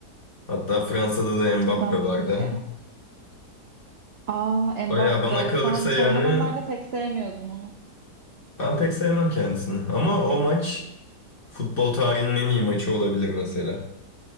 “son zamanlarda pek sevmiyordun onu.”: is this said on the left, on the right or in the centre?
Right